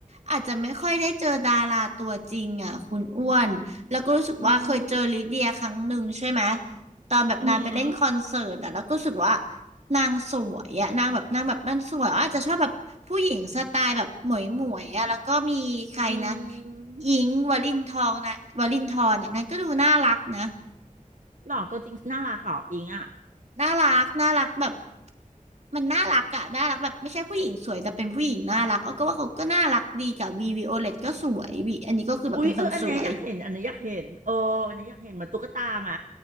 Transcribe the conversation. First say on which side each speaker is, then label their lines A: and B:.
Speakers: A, on the right (about 55°); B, on the right (about 70°).
A: อาจจะไม่ค่อยได้เจอดาราตัวจริงอ่ะคุณอ้วนแล้วก็รู้สึกว่าเคยเจอลิเดียครั้งหนึ่งใช่ไหม
B: อืม
A: ตอนแบบนางไปเล่นคอนเสิร์ตอ่ะแล้วก็รู้สึกว่า
B: อืม
A: นางสวยอ่ะนางแบบนางแบบมันสวยอ้ออาจจะชอบแบบผู้หญิงสไตล์แบบหมวยหมวยอ่ะแล้วก็มีใครนะ
B: อืม
A: อิงค์วลินทองนะวลินทรนอ่ะนางก็ดูน่ารักนะ
B: หล่อตัวจริงน่ารักเหรออิงอ่ะ
A: น่ารักน่ารักแบบมันน่ารักอะน่ารักแบบไม่ใช่ผู้หญิงสวยแต่เป็นผู้หญิงน่ารักเออก็ว่าเขาก็น่ารักดีกับวีวีโอเลตก็สวยวีอันนี้ก็คือแบบเป็นคนสวย
B: อุ๊ยเอออันเนี้ยอยากเห็นอันเนี้ยอยากเห็นเอออันเนี้ยอยากเห็นเหมือนตุ๊กตาไหม